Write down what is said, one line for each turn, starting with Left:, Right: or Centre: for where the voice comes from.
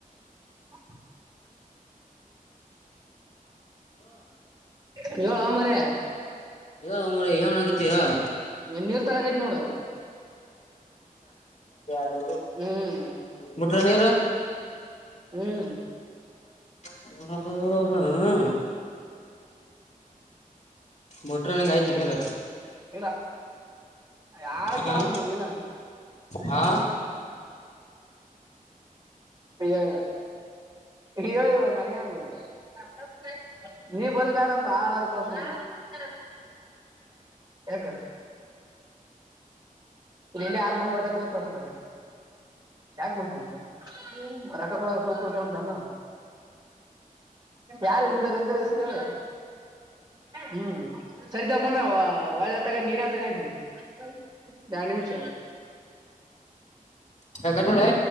Right: ಹ. <inaudible> ಹೇಳೋ ಮಾರಾಯ.
Left: ಹು ಮಾರಾಯಾ ಏನ ಮಾಡಾಕತಿ ಹೇಳ್.
Right: ನೀರ್ ತರಾಕತಿನಿ ನೋಡ.
Left: ಡು
Right: ಹ್ಮ್
Left: ಬಿಟ್ರ ನೀರು.
Right: ಹ್ಮ್.
Left: ಹ್ಮ್ಮ್ ಹ ಹ. ಬಿಟ್ರಾ ಅನ್ನಾಂಗ ಆಯ್ತ್ ನೀರ.
Right: ಇಲ್ಲ ಯರ
Left: ಹಾ
Right: ಕೇಳಂತ ನೀನ.
Left: ಹಾ
Right: ಏ. <inaudible> ಹರೋ ಇದರುನಯಂಗ. <inaudible> ನೀ ಬರುದ ಬ್ಯಾಡ ಅಂತ ಆಳರ ಕಳಸ ಬೇಕ ಅಂತ. ಯಾಕ ಇಲ್ಲಿ ಆರು ಮಂದಿ ಒಟ್ಟತ ಅಂತಲ್ಲ ಯಾಕೆ ಬಂದ ಅಂತೆ ರೊಕ್ಕ ಕೊಡೋರ ಕೈಯಲ್ಲಿ ಉಂಟನು ಯಾರು ಹಿಂದರ್ ಹಿಂದರ್ ಹೆಸರು ಹೇಳು ಹ್ಮ ಸರಿ ತಕೊಮ್ ಹ ಒಳ್ಳ ತಕೊ ನೀನೇ ತಕಂತಿ ಎರಡು ನಿಮಿಷ
Left: ಹೇ ಕಟ್ ಮಾಡೇ